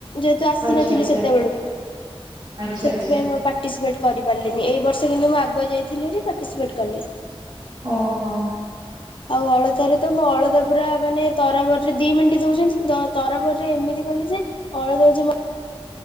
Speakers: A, on the left; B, on the right.
A: ଯେହେତୁ ଆସିନଥିଲି
B: ଆଚ୍ଛା ଆଚ୍ଛା
A: ସେତେବେଳକୁ
B: ଆଚ୍ଛା
A: ସେଥିପାଇଁ
B: ଆଚ୍ଛା
A: ମୋ ପା ପାର୍ଟିସିପେଟ୍ କରିପାରିଲିନି ଏଇବର୍ଷ କିନ୍ତୁ ମୁଁ ଆଗୁଆ ଯାଇଥିଲିହେରି ପାର୍ଟିସିପେଟ୍ କଲି।
B: ଓହୋ।
A: ଆଉ ଅଳତାରେତ ମୁଅଳତା ପୁରା ମାନେ ତରବରରେ ଦିମିନିଟ୍ ଦଉଚନ୍ତି ତରବରରେ ଏମିତି କଲି ଯେ ଅଳତାରେ ଯେ ମୋ